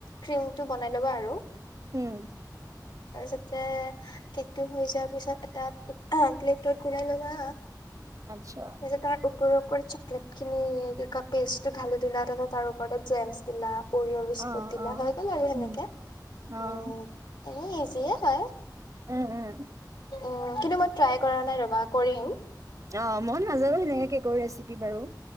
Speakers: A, on the left; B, on the right.
A: ক্ৰীম টো বনাই ল'বা আৰু।
B: উম,।
A: তাৰপিছততে কেক টো হৈ যোৱাৰ পিছত এটা অ প্লেটোত ওলাই লবা
B: আচ্ছা
A: তাৰপিছত তাৰ ওপৰে ওপৰে চকলেট খিনি পেষ্টটো ঢালি দিলা তাৰপত তাৰ ওপৰতে জেমছ দিলা। অৰিয়হ বিস্কুট
B: অ',
A: দিলা
B: অ',
A: হৈ গল আৰু সেনেকে
B: উম,
A: উম
B: অ',
A: এনে ইজিয়ে হয়।
B: উম, উম।
A: উম কিন্তু মই ট্ৰাই কৰা নাই ৰবা কৰিম।
B: অ', মই নাজানো সেনেকে কেকৰ ৰেচিপি বাৰু।